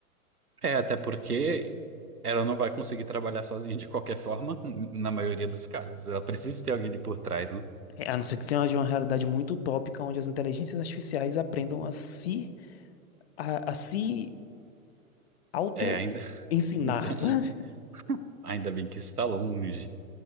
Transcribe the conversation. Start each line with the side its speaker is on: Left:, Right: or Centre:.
Right: É, até porque ela não vai conseguir trabalhar sozinha de qualquer forma, n- na maioria dos casos. Ela precisa de ter alguém ali por trás, né?
Left: É, A não ser que seja uma realidade muito utópica, onde as inteligências artificiais aprendam a se, a, a se auto-ensinar,
Right: É, ainda, <laughs>
Left: <laughs> sabe?
Right: ainda bem que isso está longe,